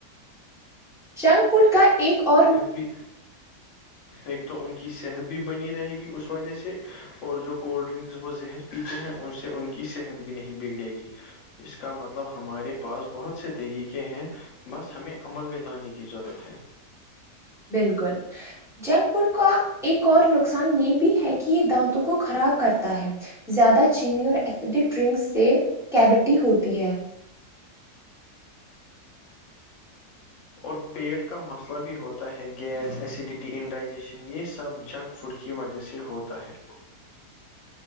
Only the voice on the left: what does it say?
ابھی ایک تو ان کی صحت بھی بنی رہے گی اس وجہ سے اور جو کولڈ ڈرنکس وہ زہر پیتے ہیں ان سے ان کی صحت بھی نہیں بگڑے گی اس کا مطلب ہمارے پاس بہت سے طریقے ہیں بس ہمیں عمل میں لانے کی ضرورت ہے
اور پیٹ کا مسلہ بھی ہوتا ہے گیس ایسیڈیٹی انڈائجیشن یہ سب جنگ فوڈ کی وجہ سے ہوتا ہے